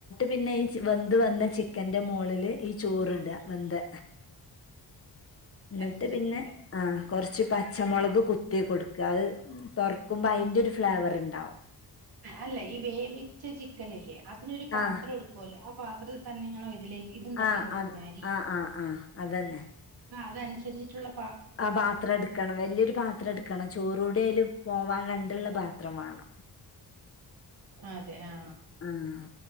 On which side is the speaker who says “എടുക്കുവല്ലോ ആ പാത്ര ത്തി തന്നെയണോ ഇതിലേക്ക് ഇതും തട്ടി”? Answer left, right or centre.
Right